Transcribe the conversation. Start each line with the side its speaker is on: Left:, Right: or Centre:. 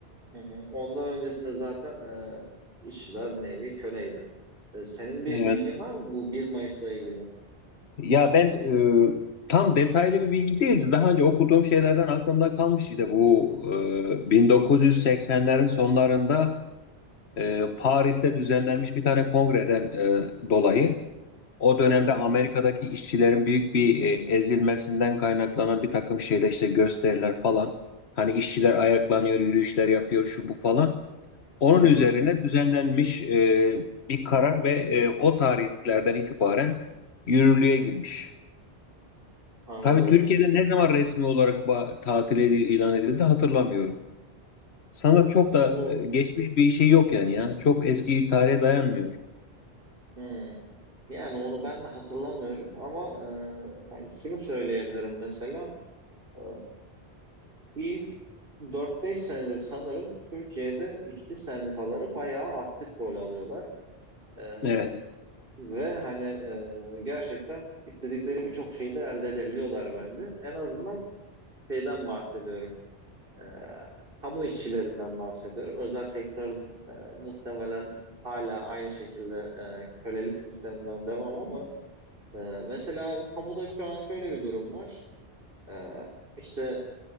Right: hı hı, ondan öncesinde zaten e, işçiler bir nevi köleydi. E, senin bir
Left: Evet.
Right: bilgin var mı bu bir Mayıs'la ilgili?
Left: Ya ben e, tam detaylı bir bilgi değildi. Daha önce okuduğum şeylerden aklımda kalmış işte bu e, 1980'lerin sonlarında e, Paris'te düzenlenmiş bir tane kongreden e, dolayı O dönemde
Right: Hı hı,
Left: Amerika'daki işçilerin büyük bir e, ezilmesinden kaynaklanan bir takım şeyler işte gösteriler falan. Hani işçiler ayaklanıyor, yürüyüşler yapıyor şu bu falan. Onun
Right: hı hı.
Left: üzerine düzenlenmiş e, bir
Right: Hmm.
Left: karar ve e, o tarihlerden itibaren yürürlüğe girmiş.
Right: Anladım.
Left: Tabii Türkiye'de ne zaman resmi olarak ba- tatil edi- ilan edildi hatırlamıyorum. Sanırım çok da
Right: Onu
Left: e, geçmiş bir şey yok yani ya. Çok eski bir tarihe dayanmıyor.
Right: hı. Yani onu ben de hatırlamıyorum ama e, hani şunu söyleyebilirim mesela e, bir dört beş senedir sanırım Türkiye'de işçi sendikaları bayağı aktif rol alıyorlar. E,
Left: Evet.
Right: Ve hani e, gerçekten istedikleri birçok şeyi de elde edebiliyorlar bence. En azından şeyden bahsediyorum. E, kamu işçilerinden bahsediyorum. Özel sektör e, muhtemelen hala aynı şekilde e, kölelik sisteminden devam ama e, mesela kamuda şu an şöyle bir durum var. E, işte